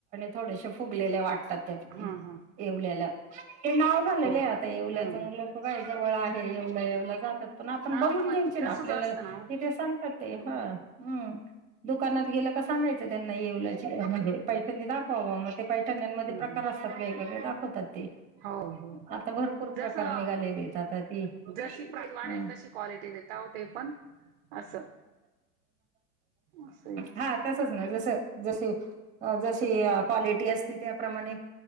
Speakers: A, on the right; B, on the right.
A: थोड्याशा फुगलेल्या वाटतात
B: हा हा
A: येवल्याला झालेले
B: हो
A: आहे
B: का
A: आता येवल्याच
B: हं,
A: लोक
B: हं.
A: काय जवळआहे येवला, येवला जातात पण आपण
B: हा
A: घ्यायचे
B: मग ते
A: ना,
B: तसंच
A: आपल्याला
B: असतं
A: हे
B: ना हो
A: काय सांग सांगतात ते, हम्! दुकानात गेलं सांगायचं त्यांना येवल. म्हणजे पैठणी दाखवावं. मग ते पैठण्या मध्ये
B: हं,
A: प्रकार
B: हं.
A: असतात वेगवेगळे दाखवतात ते.
B: हो हो
A: आता भरपूर
B: जसं
A: प्रकार निघालेली आहेत. आता ते, हम.
B: जशी प्राईज वाढेल तशी क्वालिटी देेता ते पण. असं असं हे असतं
A: हा तसचं ना, जसं, जसे अ जशी क्वालिटी असते, त्याप्रमाणे